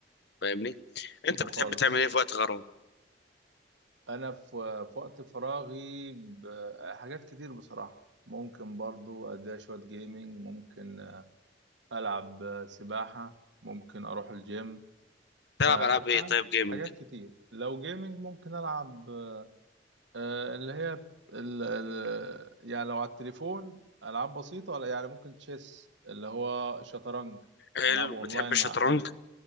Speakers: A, on the left; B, on the right.
A: فاهمني انت
B: حلو
A: بتحب
B: خالص
A: تعمل ايه في وقت غرامه
B: انا في في وقت فراغي ب- حاجات كتير بصراحه ممكن برضو اديها شويه جيمنج ممكن العب سباحه ممكن اروح الجيم
A: تلعب
B: آه،
A: العاب
B: فاهم
A: ايه طيب جيمنج
B: حاجات كتير لو جيمنج ممكن العب آه، اللي هي ال ال يعني لو على التليفون العاب بسيطه ولا يعني ممكن تشيس اللي هو شطرنج
A: حلو
B: العبه
A: بتحب
B: اونلاين مع
A: الشطرنج
B: حد